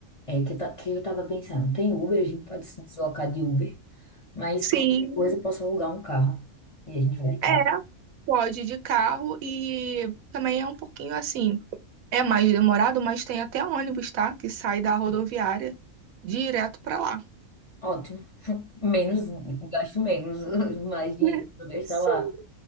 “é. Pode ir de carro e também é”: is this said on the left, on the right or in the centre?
Right